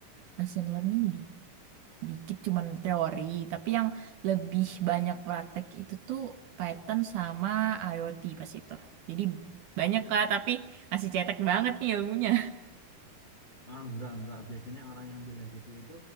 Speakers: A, on the right; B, on the left.
A: machine learning dikit cuman teori, tapi yang lebih banyak praktek itu tuh Python sama IoT pas itu. Jadi banyak lah, tapi masih cetek banget nih ilmunya.
B: Ah, enggak, enggak. Biasanya orang yang bilang gitu itu